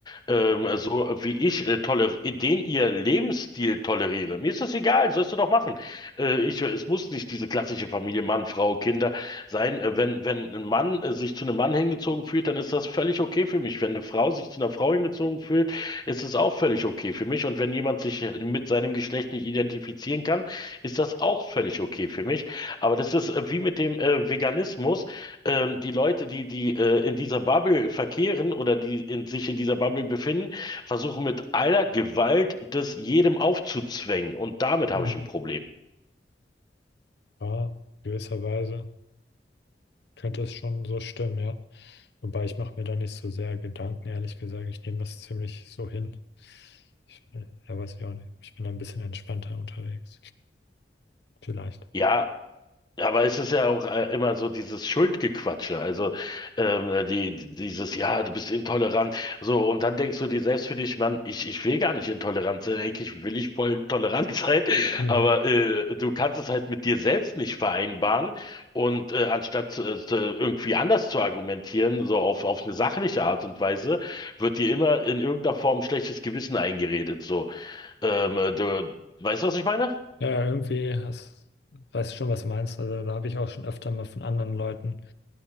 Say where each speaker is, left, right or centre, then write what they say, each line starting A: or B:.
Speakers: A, on the left (about 25°); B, on the left (about 70°).
A: ähm, so wie ich äh, toler den ihr Lebensstil toleriere. Mir ist das egal, sollst du doch machen. Äh, ich, es muss nicht diese klassische Familie Mann, Frau, Kinder sein. Äh, wenn, wenn ein Mann äh, sich zu einem Mann hingezogen fühlt, dann ist das völlig okay für mich. Wenn eine Frau sich zu einer Frau hingezogen fühlt, ist es auch völlig okay für mich. Und wenn jemand sich äh, mit seinem Geschlecht nicht identifizieren kann, ist das auch völlig okay für mich. Aber das ist äh, wie mit dem äh, Veganismus. Ähm, die Leute, die, die äh, in dieser Bubble verkehren oder die in, sich in dieser Bubble befinden, versuchen mit aller Gewalt das jedem aufzuzwängen. Und damit habe
B: Hm.
A: ich ein Problem.
B: Ja, gewisserweise. Könnte es schon so stimmen, ja. Wobei ich mache mir da nicht so sehr Gedanken, ehrlich gesagt. Ich nehme das ziemlich so hin. Ich, äh, ja, weiß ich auch nicht. Ich bin da ein bisschen entspannter unterwegs. Vielleicht.
A: Ja, Aber es ist ja auch äh, immer so dieses Schuldgequatsche, also ähm, die, die- dieses, ja, du bist intolerant, so, und dann denkst du dir selbst für dich, Mann, ich, ich will gar nicht intolerant sein, eigentlich will ich voll tolerant <laughs> sein,
B: Hm.
A: aber äh, du kannst es halt mit dir selbst nicht vereinbaren und äh, anstatt zu- äh, zu- irgendwie anders zu argumentieren, so auf, auf eine sachliche Art und Weise, wird dir immer in irgendeiner Form schlechtes Gewissen eingeredet, so, ähm, du, weißt du, was ich meine?
B: Ja, ja, irgendwie hast, weißt du schon, was du meinst. Also da habe ich auch schon öfter mal von anderen Leuten